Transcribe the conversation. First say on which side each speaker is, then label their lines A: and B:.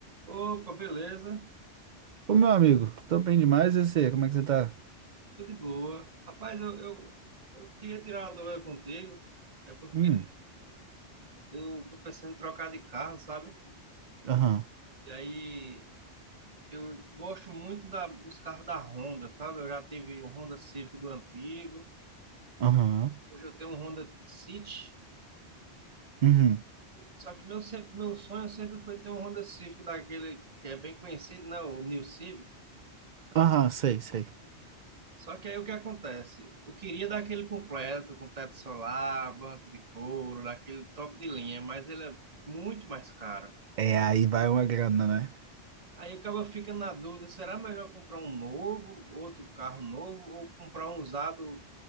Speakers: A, on the right; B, on the right.
A: Opa, beleza?
B: Ô, meu amigo, tô bem demais, eu sei. Como é que você tá?
A: Tudo de boa. Rapaz, eu, eu, eu queria tirar uma dúvida contigo, é porque
B: Hum,
A: eu tô pensando em trocar de carro, sabe?
B: aham,
A: E aí eu gosto muito da, dos carros da Honda, sabe? Eu já tive o Honda Civic do antigo,
B: aham,
A: hoje eu tenho um Honda City,
B: uhum,
A: só que meu, se- meu sonho sempre foi ter um Honda Civic daquele que é bem conhecido, né? O New Civic.
B: aham, sei, sei.
A: Só que aí o que acontece? Eu queria dar aquele completo, com teto solar, banco de couro, daquele top de linha, mas ele é muito mais caro.
B: É, aí vai uma grana, né?
A: Aí acaba ficando na dúvida, será melhor comprar um novo, outro carro novo, ou comprar um usado